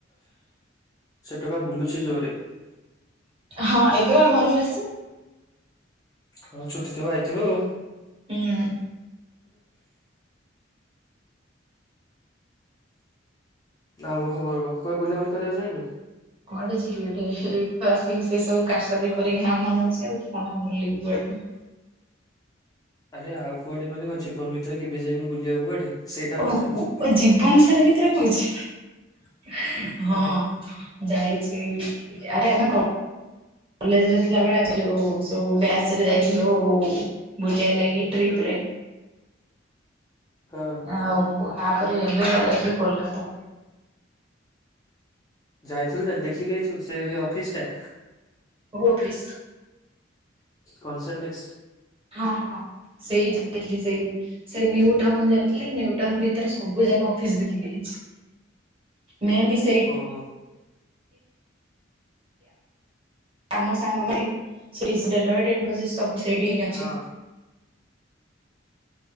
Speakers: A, on the left; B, on the right.
A: ସେ ଟୋକା ବୁଲୁଚି ଜୋରେ।
B: ହଁ ଏବେ ବା ଘରକୁ ଆସିଚି।
A: ହଁ ଛୁଟି ଥିବ ଆଇଥିବ ଆଉ।
B: ହୁଁ
A: ଆଉ କଣ ଖବର କହ କୁଆଡେ ବୁଲାବୁଲି କରିବାକୁ ଯାଇଁନୁ?
B: କୁଆଡେ ଯିବି ଏଇଠେ ଏଇଠି ତ ଆସିକି ସେଇ ସବୁ କାର ସାଦି କରିକି ନାମ ନଉଛି ଆଉ କଣ ବୁଲିବି କୁଆଡେ।
A: ଆରେ ଆଉ କୁଆଡେ ମାନେ କ ଜୀବନ ଭିତରେ କେବେ ଯାଇନୁ ବୁଲିବାକୁ କୁଆଡେ? ସେଇଟା
B: ଓହଃ
A: ପଚାରୁଛୁ
B: କୋ କ ଜୀବନ ସାରା ଭିତରେ କହୁଛୁ ହଁ। ଯାଇଚି ଯାରେ ଆମେ କ କଲେଜ ରେ ଥିଲାବେଳେ ଆମେ ଯୋଉ ସବୁ ବ୍ୟାଚ ରେ ଯାଇଥିଲୁ ବୁଲିବା ଲାଗି ଟ୍ରିପରେ।
A: ହଁ
B: ଆଉ ତାପରେ ଏବେ ଯାଇଥିଲି କୋଲକାତା।
A: ଯାଇଥିଲୁ ତେ ଦେଖିକି ଯାଇଛୁ ସେ ସେ ଅଫିସ ଟା?
B: କଉ ଅଫିସ?
A: କନସେନଟିକ୍ସ
B: ହଁ ହଁ ସେଇ ଯାଇଥିଲି ସେଇ ସେଇ ନିଉ ଟାଉନ ଯାଇଥିଲି ନିଉ ଟାଉନ ଭିତରେ ସବୁ ଯାକ ଅଫିସ ଦେଖିକି ଆଇଛି। ମେ ବି ସେଇଠ
A: ଓହୋ
B: ଆମ ସାଙ୍ଗ ମାରି ସେ ଡେଲାଏଡ଼ ଇନ୍ଫୋସିସ ସବୁ ସେଇଠି ହିଁ ଅଛି।
A: ହଁ।